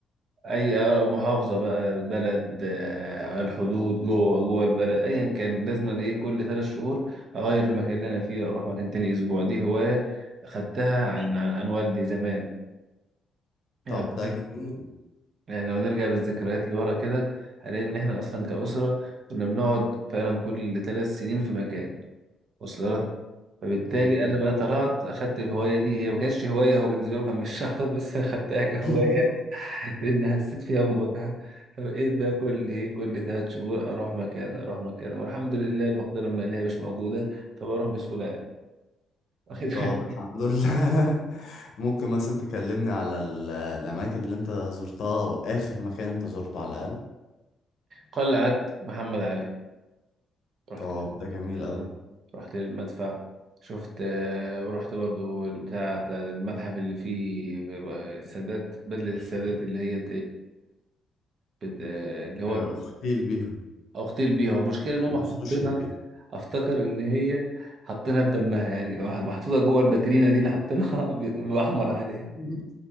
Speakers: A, on the right (about 55°); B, on the left (about 70°).
A: اي محافظه بقى بلد آه، على الحدود جوه جوه البلد ايا كان لازم ايه كل ثلاث شهور اغير المكان اللي انا فيه اروح مكان تاني اسبوع دي هوايه اخدتها عن عن, عن والدي زمان يعني
B: طب
A: فاكر-
B: ده جميل
A: يعني لو نرجع بالذكريات لورا كده هنلاقي ان احنا اصلا كاسره كنا بنقعد فعلا كل ثلاث سنين في مكان وصل لك فبالتالي
B: مم.
A: انا بقى طلعت اخدت الهوايه دي هي ما كانتش هوايه هو بالنسبه له كان مش شحطط بس انا خدتها كهوايه
B: <laughs>
A: <laughs> لان حسيت فيها بمتعه فبقيت بقى كل ايه كل ثلاث شهور اروح مكان اروح مكان والحمد لله المقدره الماليه مش موجوده طب اروح بسهوله يعني <laughs> واخد بالك؟
B: طب الحمد لله <laughs> ممكن مثلا تكلمني على ال- الأماكن اللي أنت زرتها أو آخر مكان أنت زرته على الأقل
A: قلعه محمد علي رحت
B: طب
A: محمد
B: ده جميل أوي
A: علي رحت للمدفع شفت آه، ورحت برضو بتاع بتاع المتحف اللي فيه السادات بدلة السادات اللي هي بت... اللي هو
B: آه، اغتيل بيها
A: اغتيل بيها المشكله ان هم
B: اللي استشهد
A: حاطينها
B: بيها
A: افتكر ان هي حاطينها بدمها يعني محطوطه جوه الباترينا دي اللي حاطينها <laughs> ب- باحمر عليها
B: <laughs>